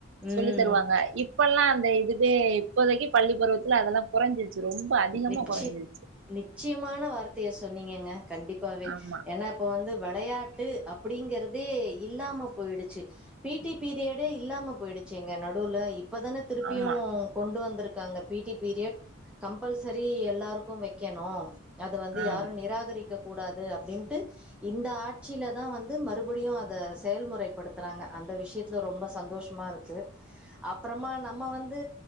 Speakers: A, in the centre; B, on the right.
A: ம்
B: சொல்லி தருவாங்க இப்பெல்லா அந்த இதுவே இப்போதைக்கு பள்ளி பருவத்துல அதெல்லா கொறஞ்சிருச்சு ரொம்ப அதிகமா
A: நிச்சி
B: கொறஞ்சிருச்சு
A: நிச்சயமான வார்த்தைய சொன்னீங்கங்க கண்டிப்பாவே
B: ஆமா
A: ஏனா இப்போ வந்து வெளையாட்டு அப்டிங்கிறதே இல்லாம போயிடுச்சு பி டி பீரியடே இல்லாம போயிடுச்சுங்க நடுவுல இப்பதான திருப்பியு
B: ஆமா
A: கொண்டு வந்துருக் காங்க பி டி பீரியட் கம்பல்சரி எல்லாருக்கும் வைக்கணு அது வந்து
B: ஆம்
A: யாரும் நிராகரிக்க கூடாது அப்டின்ட்டு இந்த ஆட்சியிலதா வந்து மறுபடியு அத செயல்முறைப்படுத்துறாங்க அந்த விஷயத்துல ரொம்ப சந்தோஷ் மாருக்கு அப்றமா நம்ம வந்து